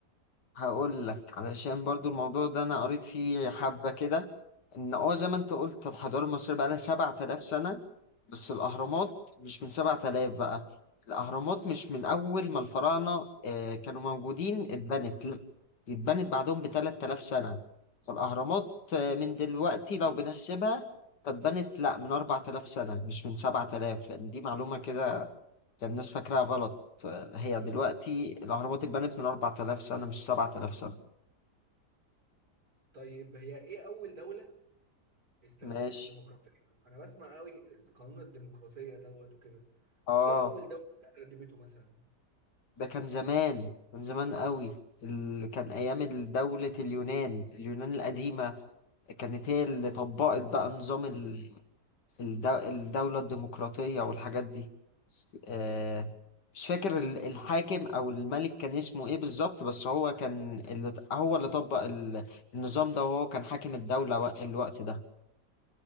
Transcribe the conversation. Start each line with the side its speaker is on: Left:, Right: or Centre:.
Left: هقول لك علشان برضو الموضوع ده انا قريت فيه حبة كده ان اه زي ما انت قلت الحضارة المصرية بقى لها 7000 سنة بس الاهرامات مش من 7000 بقى الاهرامات مش من اول ما الفراعنة آه، كانوا موجودين اتبنت لا دي اتبنت بعدهم ب 3000 سنة فالاهرامات آه، من دلوقتي لو بنحسبها فاتبنت لا من 4000 سنة مش من 7000 لان دي معلومة كده كان الناس فاكراها غلط آه، هي دلوقتي الاهرامات اتبنت من 4000 سنة مش 7000 سنة
Right: طيب هي إيه أول دولة استخدمت
Left: ماشي
Right: الديمقراطية؟ أنا بسمع قوي قانون الديمقراطية دوت وكده.
Left: اه
Right: ايه اول دولة استخدمته مثلا
Left: ده كان زمان كان زمان قوي اللي كان ايام دولة اليونان اليونان القديمة كانت هي اللي طبقت بقى نظام ال- الدو... الدولة الديمقراطية والحاجات دي س- آه مش فاكر ال- الحاكم او الملك كان اسمه ايه بالظبط بس هو كان اللي هو اللي طبق ال- النظام ده وهو كان حاكم الدولة وق- الوقت ده